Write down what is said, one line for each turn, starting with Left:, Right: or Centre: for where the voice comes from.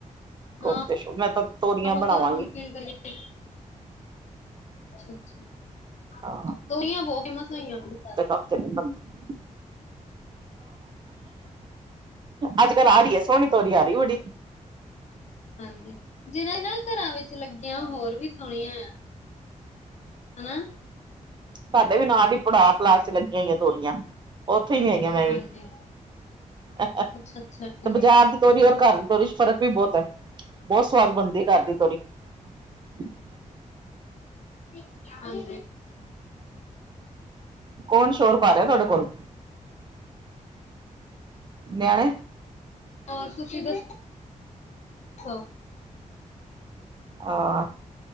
Right: ਕੋਫਤੇ
Left: ਹਾਂ
Right: ਮੈ ਤਾਂ ਤੋਰੀਆਂ
Left: ਆਹੋ
Right: ਬਣਾਵਾਂਗੀ।
Left: ਪਰ ਹੁਣ <inaudible> ਅੱਛਾ-ਅੱਛਾ <unintelligible>
Right: ਹਾਂ
Left: ਬੋਤ ਮਸਾਂ ਹੀ ਆਪਣੇ ਘਰ
Right: <inaudible> ਅੱਜ ਕੱਲ ਆ ਰਈ ਸੋਹਣੀ ਤੋਰੀ ਆ ਰਈ ਬੜੀ
Left: ਹਾਂਜੀ ਜਿਨਾ ਇਹ ਨਾ ਘਰਾਂ ਵਿਚ ਲੱਗੀਆਂ ਹੋਰ ਵੀ ਸੋਹਣੀਆਂ ਆ। ਹਨਾ।
Right: ਸਾਡੇ ਵੀ ਨਾਲ ਹੀ ਪਲਾਟ 'ਚ ਲੱਗੀਆਂ ਹੋਈਆਂ ਤੋਰੀਆਂ ਉਥੇ ਹੀ ਆਈਆਂ ਮੈ ਵੀ
Left: ਹਾਂਜੀ
Right: <inaudible>
Left: ਅੱਛਾ ਅੱਛਾ ਠੀਕ
Right: ਤੇ ਬਾਜ਼ਾਰ ਦੀ ਤੋਰੀ ਔਰ ਘਰ ਦੀ ਤੋਰੀ 'ਚ ਫਰਕ ਵੀ ਬੋਤ ਐ ਬੋਤ ਸਵਾਦ ਬਣਦੀ ਘਰ ਦੀ ਤੋਰੀ <inaudible>
Left: ਹਾਂਜੀ
Right: ਕੌਣ ਸ਼ੋਰ ਪਾ ਰਿਆ ਤੁਹਾਡੇ ਕੋਲ ਨਿਆਣੇ
Left: ਹੋਰ ਤੁਸੀ ਦੱਸੋ ਸੋ
Right: ਆਹ